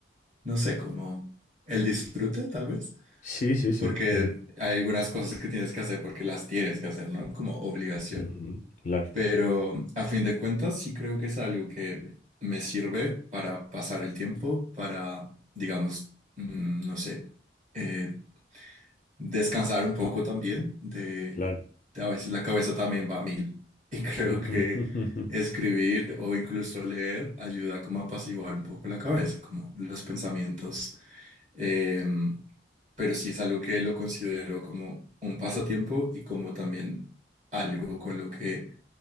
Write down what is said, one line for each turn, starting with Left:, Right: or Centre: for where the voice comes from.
Right: no sé, como el disfrute tal vez,
Left: Sí, sí, sí,
Right: porque
Left: entiendo.
Right: hay algunas cosas que tienes que hacer porque las tienes que hacer, ¿no? Como obligación.
Left: Ujú, Claro,
Right: Pero a fin de cuentas, sí creo que es algo que me sirve para pasar el tiempo, para, digamos, mm, no sé, eh, descansar un poco también de,
Left: claro.
Right: de a veces la cabeza también va a mil. Y <laughs> creo
Left: <laughs>
Right: que
Left: Ujú, ujú, ujú.
Right: escribir o incluso leer ayuda como a apaciguar un poco la cabeza, como los pensamientos. em, pero sí es algo que lo considero como un pasatiempo y como también algo con lo que